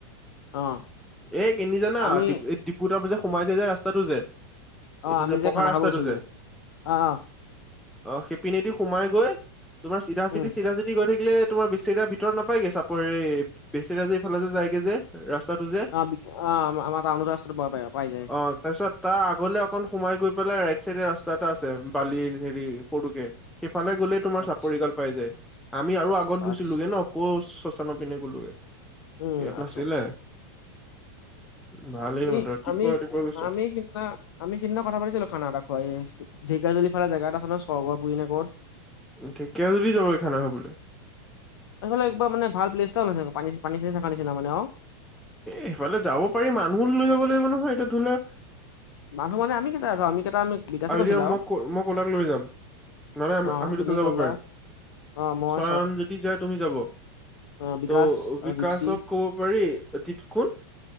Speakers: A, on the left; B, in the centre.
A: অ
B: এই কেনি জানা!
A: আমি
B: <unintelligible> সোমাই যায় যে, ৰাস্তাটো যে,
A: অ
B: এইটো
A: আমি
B: যে, পকা
A: খানা
B: ৰাস্তাটো
A: খাব গৈছিলো
B: যে।
A: অ অ
B: অ'! সিপিনি দি সোমাই গৈ, তোমাৰ চিধা-চিধি,
A: উম
B: চিধা-চিধি গৈ থাকিলে, তোমাৰ, বেছিৰা ভিতৰত নাপায়গে, চাপৰি বেছিৰা যে এইফালে যে, যায়গে যে, ৰাস্তাটো যে।
A: অ' অ'! আমাৰ টাউনৰ ৰাস্তা পাই, পাই যায়।
B: অ'! তাৰপিছত, তাৰ আগলে অকন সোমাই গৈ, পেলাই ৰাইট চাইডে, ৰাস্তা এটা আছে, বালি সেৰি সৰুকে। সিফালে গ'লে, তোমাৰ
A: আচ্ছা
B: চাপৰিখন পাই যায়। আমি আৰু আগত গৈছিললোগে
A: আচ্ছা
B: ন' আকৌ, শ্মশানৰ পিনে গ'লোগে।
A: উম,
B: ইয়াত
A: আচ্ছা,
B: নাছিলে
A: আচ্ছা!
B: <unintelligible>
A: আমি,
B: ৰাতিপুৱা
A: আমি,
B: ৰাতিপুৱা গৈছো
A: আমি সিদিনা আমি সেইদিনা কথা পাতিছিলোঁ খানা এটা খোৱা ধেকীয়াজুলী ফালে জেগা এটা আছে নয় স্বৰ্গ পুৰি নে ক'ত।
B: ধেকীয়াজুলী যাবি খানা খাবলৈ।
A: এইফালে একবাৰ মানে ভাল প্লেছটাওলে পানী চানী থকা নিচিনা মানে অ'।
B: এ সফালে যাব পাৰি মানুহো লৈ যাব লাগিব নহয় এতিয়া ধৰি লোৱা।
A: মানুহ মান আমি কেইটা আমি কেইটা আমি বিকাশে
B: আৰু
A: কৈছিলো
B: এতিয়া মই ক মই ক'লাক লৈ যাম। নহ নহয়
A: অ
B: আমিতো
A: তুমি
B: দুটা যাব
A: ক'লা
B: পাৰিম
A: অ মই
B: চয়ন যদি যায় তুমি যাব।
A: অ বিকাশ
B: ত'
A: আৰু
B: বিকাশক
A: দীপশি
B: ক'ব পাৰি টিপ কোন।